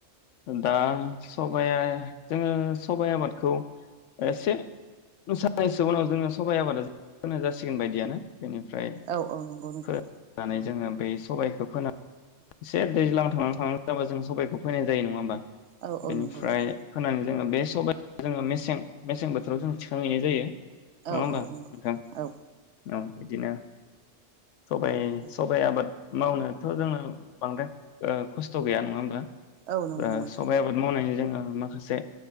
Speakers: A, on the left; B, on the right.
A: दा सबाया जोंङो सबाइ आबादखौ एसे <unintelligible> उनाव जोंङो सबाइ आबादा जों फोनो जासिगोन बायदियानो बेनिफ्राय
B: औ औ नंगौ नोंथां
A: फोनानै जोंङो बे सबाइखौ फोना एसे दैज्लां थांहां थांहां जाबा जों सबाइखौ फोनाय जायो नङा होमबा
B: औ औ
A: बेनिफ्राय
B: नंगौ नोंथां
A: फोनानै जोङो बे सबाइ जोङो मेसें मेसें बोथोराव जों थिखांहैनाय जायो नङा
B: औ
A: होमबा
B: औ नंगौ
A: नोंथां
B: औ
A: औ इदिनो सबाइ
B: औ
A: सबाइ आबाद मावनोथ जोङो बांद्राय ओ खस्थ गैया नङा होमबा
B: औ नंगौ
A: ओ
B: नोंथां
A: सबायाइ आबाद मावनायनि जों ओ माखासे